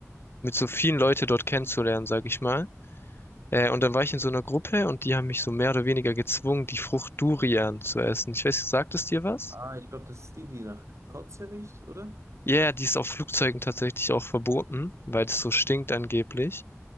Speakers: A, on the left; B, on the right.
A: mit so vielen Leute dort kennenzulernen, sag ich mal. Äh, und dann war ich in so einer Gruppe und die haben mich so mehr oder weniger gezwungen, die Frucht Durian zu essen. Ich weiß, sagt es dir was?
B: Ah, ich glaube, das ist die, die nach Kotze riecht, oder?
A: Ja, yeah, die ist auf Flugzeugen tatsächlich auch verboten, weil es so stinkt angeblich.